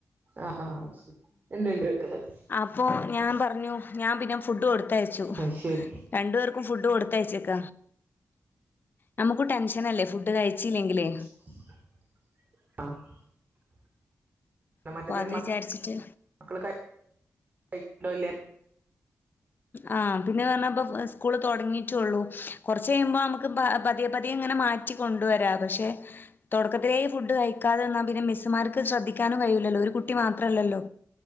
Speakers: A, on the right; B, on the left.
A: ആഹ് ആഹ് ശരി ഇണ്ട് ഇണ്ട് കേൾക്കുന്ന്ണ്ട്
B: അപ്പോ ഞാൻ പറഞ്ഞു ഞാൻ പിന്നെ ഫുഡ് കൊടുത്തയച്ചു
A: അത് ശരി
B: രണ്ടു പേർക്കും ഫുഡ് കൊടുത്ത കെടുത്തയച്ചക്ക നമുക്ക് ടെൻഷനല്ലേ ഫുഡ് കഴിച്ചില്ലെങ്കില്
A: ആഹ് പിന്നെ മറ്റത്
B: അപ്പൊ അത്
A: മക്കള്
B: വിചാരിച്ചിട്ട്
A: കഴക്ക്ണ്ടോ ഇല്ലേ
B: ആ പിന്നെ പറഞ്ഞപ്പ സ്കൂൾ തുടങ്ങിട്ടുള്ളൂ കുറച്ച കഴിയുമ്പോ നമുക്ക് പതിയെ പതിയെ ഇങ്ങനെ മാറ്റ റ്റി കൊണ്ട് വര പക്ഷെ തുടാക്കത്തിലെ ഫുഡ്‌ കയ്യ്ക്കതെന്നാ പിന്നെ മിസ്മാർക്ക് ശ്രദ്ധിക്കാനു കയൂലല്ലോ ഒരു കുട്ടി മാത്രല്ലല്ലോ